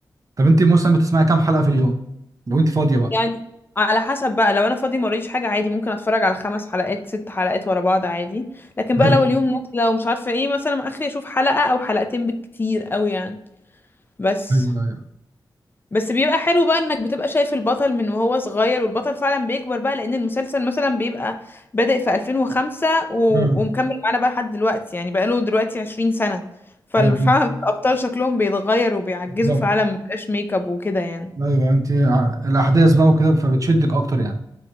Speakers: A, on the right (about 45°); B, on the left (about 25°).
A: طب انت مثلا بتسمعي كام حلقه في اليوم لو انت فاضيه بقى
B: يعني على حسب بقى لو انا فاضي موريش حاجة عادي ممكن اتفرج على خمس حلقات ست حلقات ورا بعض عادي لكن
A: <laughs>
B: بقى لو اليوم نازلة ومش عارفة ايه مثلا اخري اشوف حلقة او حلقتين بالكتير قوي يعني بس
A: ايوه ايوه
B: بس بيبقى حلو بقى انك بتبقى شايف البطل من وهو صغير والبطل فعلا بيكبر بقى لان المسلسل مثلا بيبقى بادئ في 2005 و...
A: امم
B: ومكمل معانا بقى لحد دلوقتي يعني بقى له دلوقتي 20 سنة ففعلا
A: ايوه
B: الابطال شكلهم بيتغير وبيعجزوا
A: بالظبط
B: فعلا مبقاش ميك اب وكده يعني
A: ايوه انت ع- الاحداث بقى وكده فبتشدك اكتر يعني